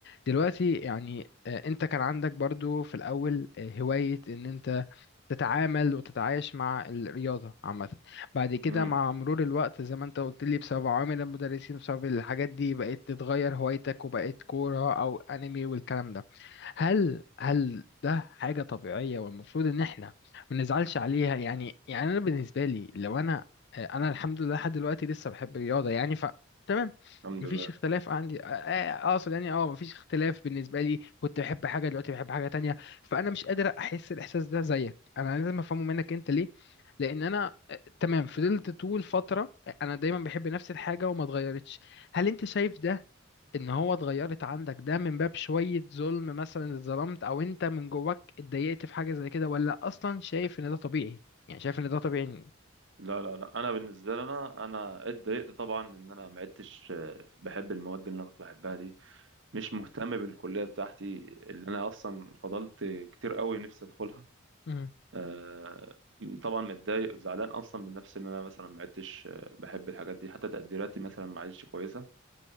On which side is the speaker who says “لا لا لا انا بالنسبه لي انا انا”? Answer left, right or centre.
Right